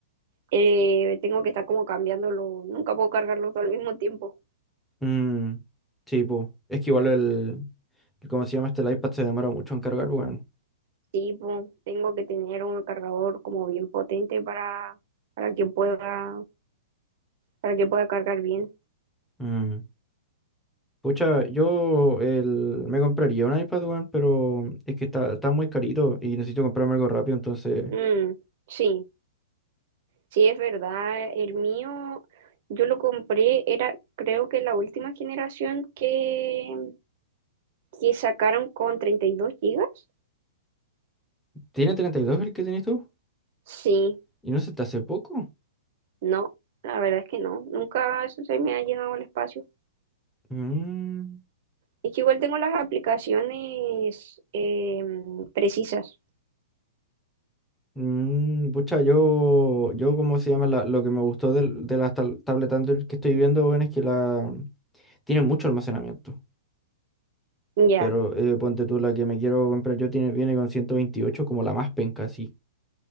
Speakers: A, on the right (about 35°); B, in the centre.
A: eh, tengo que estar como cambiándolo. Nunca puedo cargarlos al mismo tiempo.
B: Mm, sí, pues. Es que igual el, el- ¿Cómo se llama este? El iPad se demora mucho en cargar, weón.
A: Sí, pues, tengo que tener un cargador como bien potente para, para que pueda, para que pueda cargar bien.
B: Mm. Pucha, yo el, me compraría un iPad, weón, pero es que está, está muy carito y necesito comprarme algo rápido, entonces...
A: Mm, sí. Sí, es verdad. El mío, yo lo compré, era creo que la última generación que, que sacaron con 32 gigas.
B: ¿Tiene 32 el que tenés tú?
A: Sí,
B: ¿Y no se te hace poco?
A: no, la verdad es que no. Nunca se me ha llenado el espacio.
B: Mm.
A: Es que igual tengo las aplicaciones em, precisas.
B: Mm, pucha, yo, yo, ¿cómo se llama? La- lo que me gustó del- de, las tab- tablet Android que estoy viendo, bueno, es que la tiene mucho almacenamiento.
A: Ya,
B: Pero eh, ponte tú, la que me quiero comprar yo tiene, viene con 128 como la más penca, así.